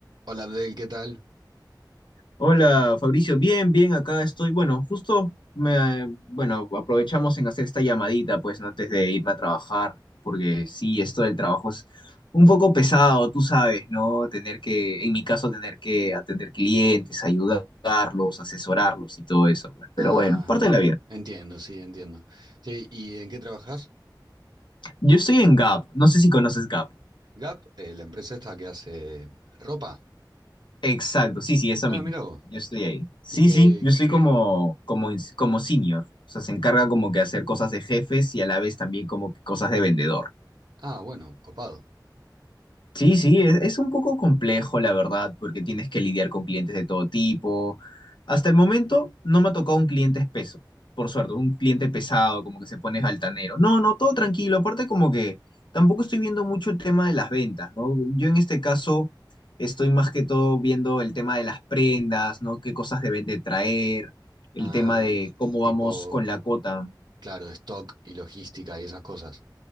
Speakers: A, on the right (about 65°); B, on the left (about 80°).
A: Hola Abdel, ¿qué tal?
B: Hola Fabricio, bien, bien, acá estoy. Bueno, justo me, eh, bueno, aprovechamos en hacer esta llamadita, pues, ¿no? antes de irme a trabajar, porque sí, esto del trabajo es un poco pesado, tú sabes, ¿no? Tener que, en mi caso, tener que atender clientes, ayudarlos, asesorarlos y todo eso, pues. Pero
A: Ah,
B: bueno, parte de la vida.
A: entiendo, sí, entiendo. Sí, ¿y en qué trabajas?
B: Yo estoy en Gap, no sé si conoces Gap.
A: Gap, eh, la empresa esta que hace ropa.
B: Exacto, sí, sí, eso
A: Ah,
B: mismo.
A: mira vos.
B: Yo estoy ahí. Sí,
A: ¿Y qué?
B: sí, yo estoy como, como, ins- como senior. O sea, se encarga como que hacer cosas de jefes y a la vez también como que cosas de vendedor.
A: Ah, bueno, copado.
B: Sí, sí, es, es un poco complejo, la verdad, porque tienes que lidiar con clientes de todo tipo. Hasta el momento no me ha tocado un cliente espeso, por suerte, un cliente pesado, como que se pone altanero. No, no, todo tranquilo. Aparte, como que tampoco estoy viendo mucho el tema de las ventas, ¿no? Yo en este caso estoy más que todo viendo el tema de las prendas, ¿no? Qué cosas deben de traer, el
A: Ah,
B: tema de cómo vamos
A: tipo,
B: con la cuota.
A: claro, stock y logística y esas cosas.